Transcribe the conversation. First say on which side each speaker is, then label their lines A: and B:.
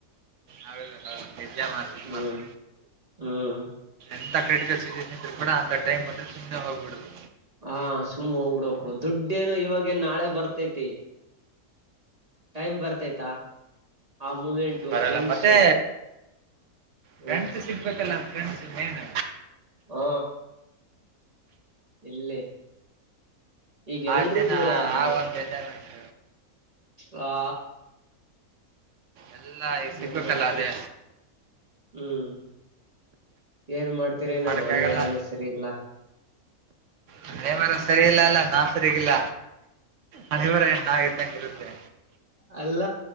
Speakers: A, on the right; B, on the right.
A: ಹೌದು ಹೌದು ನಿಜ ಮಾತಿಗ್
B: ಹ್ಮ್
A: ಮಾತ್ರ
B: ಹ್ಮ್
A: ಎಂತ ಕಟಿಗೆ ಸಿಗು ಕೂಡ ಅಂತ ಟೈಮ್ ಬಂದ್ರ ಸುಮ್ಮನೆ ಹೋಗ್ಬಡ್ಬೇಕು
B: ಹಾ ಸುಮ್ಮ್ ಹೋಗ್ಬಿಡ್ಬೇಕು ದುಡ್ಡೇನು ಇವಾಗ ನಾಳೆ ಬರ್ತೈತಿ ಟೈಮ್ ಬರ್ತೈತಾ ಆ ಮೂಮೆಂಟು
A: ಬರಲ್ಲ
B: ಫ್ರೆಂಡ್ಸು
A: ಮತ್ತೆ
B: ಹ
A: ಫ್ರೆಂಡ್ಸು ಸಿಗ್ಬೇಕಲ್ಲ ಫ್ರೆಂಡ್ಸ್ ಮೇನ್
B: ಹಾ ಇಲ್ಲಿ ಈಗೆಲ್ರೂ
A: ಆ ಜನ
B: ದೂರ ಆದ್ರು
A: ಆ ಒಂದು ಎಂಜಾಯ್ಮೆಂಟ್
B: ಹಾ
A: ಎಲ್ಲ ಈಗ ಸಿಗ್ಬೇಕಲ್ಲ
B: ಏನ್ ಮಾಡ್ತೀರ
A: ಅದೇ
B: ಹ್ಮ್ ಏನ್ ಮಾಡ್ತೀರಿ ನಮ್ಮ
A: ಮಾಡಕ್ಕಾಗಲ್ಲ
B: ಹಣೆ ಬರಾನೇ ಸರಿ ಇಲ್ಲ
A: ಹಣೆಬರ ಸರಿಯಲ್ಲ ಅಲ್ಲ ನಾವು ಸರಿಗಿಲ್ಲ ಹಣೆಬರ ಏನ್ ನಾ ಇದ್ದಂಗೆ ಇರುತ್ತೆ
B: ಅಲ್ಲ